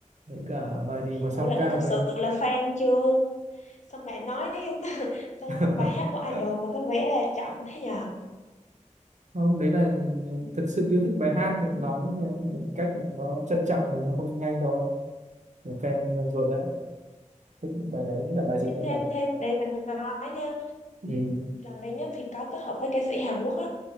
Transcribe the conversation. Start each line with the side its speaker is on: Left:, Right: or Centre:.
Right: Đấy cả bài gì mà song
Left: Ủa là
Right: ca
Left: có thật
Right: với.
Left: sự là fan chưa? Xong bạn nói <laughs> tên
Right: <laughs>
Left: bài hát của idol mà có vẻ là chậm thế nhờ?
Right: không đấy là thực sự yêu thích bài hát thì nói một cách là nó trân trọng thì nó không nhanh thôi là fan ruột đấy
Left: Ừ.
Right: thích bài đấy là bài gì
Left: Thêm
Right: đấy
Left: thêm
Right: nhỉ
Left: thêm để mình nói nha
Right: ừ,
Left: gần đây nhất thì có kết hợp với ca sĩ Hàn Quốc á